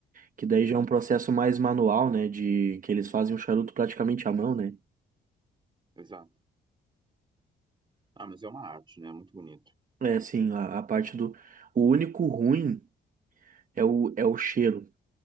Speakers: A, on the right; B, on the right.
A: que daí
B: Isso,
A: já é um processo mais manual, né? De que eles fazem o charuto praticamente à mão, né?
B: exato. Ah, mas é uma arte, né? Muito bonito.
A: É, sim, a, a parte do. O único ruim é o, é o cheiro.